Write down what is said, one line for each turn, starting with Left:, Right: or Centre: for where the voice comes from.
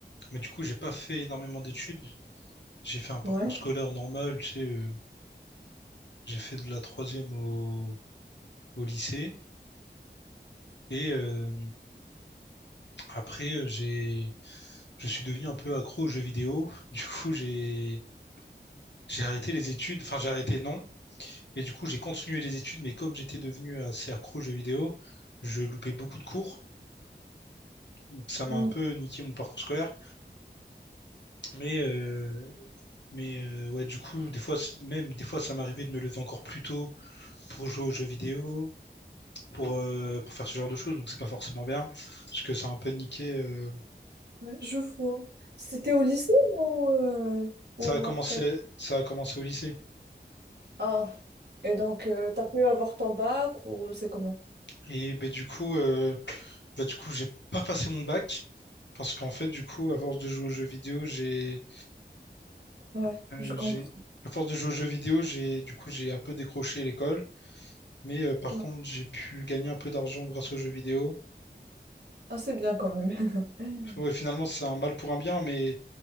Left: mais du coup, j'ai pas fait énormément d'études. J'ai fait un parcours
Right: Ouais.
Left: scolaire normal, tu sais, euh, j'ai fait de la troisième au, au lycée. Et euh, après, euh, j'ai, je suis devenu un peu accro aux jeux vidéo. <laughs> Du coup, j'ai J'ai arrêté les études, enfin j'ai arrêté non, mais du coup j'ai continué les études, mais comme j'étais devenu assez accro aux jeux vidéo, je loupais beaucoup de cours, donc ça m'a
Right: Mm.
Left: un peu niqué mon parcours scolaire. Mais, euh, mais euh, ouais, du coup, des fois, c- même des fois, ça m'arrivait de me lever encore plus tôt pour jouer aux jeux vidéo, pour, euh, pour faire ce genre de choses, donc c'est pas forcément bien, parce que ça a un peu niqué. euh,
Right: Ouais, je vois. C'était au lycée ou, euh,
Left: Ça
Right: ou
Left: a commencé,
Right: après?
Left: ça a commencé au lycée.
Right: Ah, et donc, euh, t'as pu avoir ton bac ou c'est comment?
Left: Et ben, du coup, euh, Bah, du coup, j'ai pas passé mon bac parce qu'en fait, du coup, à force de jouer aux jeux vidéo, j'ai
Right: Ouais,
Left: euh,
Right: je comprends.
Left: j'ai à force de jouer aux jeux vidéo, j'ai du coup, j'ai un peu décroché l'école, mais euh, par
Right: Ouais.
Left: contre, j'ai pu gagner un peu d'argent grâce aux jeux vidéo.
Right: Ah, c'est bien quand même.
Left: Ouais,
Right: <laughs>
Left: finalement, c'est un mal pour un bien, mais